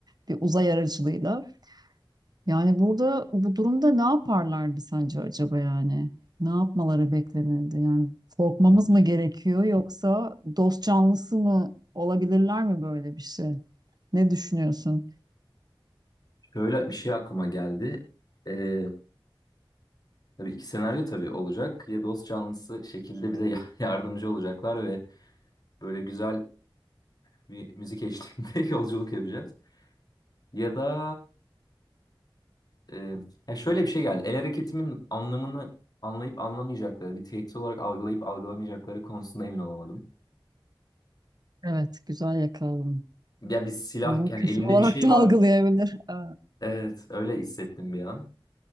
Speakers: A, on the right; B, on the left.
A: Bir uzay aracılığıyla. Yani burada bu durumda ne yaparlardı sence acaba yani? Ne yapmaları beklenirdi? Yani korkmamız
B: Hmm.
A: mı gerekiyor yoksa dost canlısı mı olabilirler mi böyle bir şey? Ne düşünüyorsun?
B: Şöyle bir şey aklıma geldi. Ee, tabii iki senaryo tabii olacak. Ya dost canlısı şekilde bize ya- <laughs> yardımcı olacaklar ve böyle güzel bir müzik eşliğinde <laughs> yolculuk yapacağız. Ya da e, ya şöyle bir şey geldi. El hareketimin anlamını anlayıp anlamayacakları, bir tehdit olarak algılayıp algılamayacakları konusunda emin olamadım.
A: Evet, güzel yakaladın.
B: Ya bir silah,
A: Onu
B: yani
A: küfür
B: elinde
A: olarak
B: bir şey
A: da
B: var.
A: algılayabilir. Ee,
B: Evet, öyle hissettim bir an.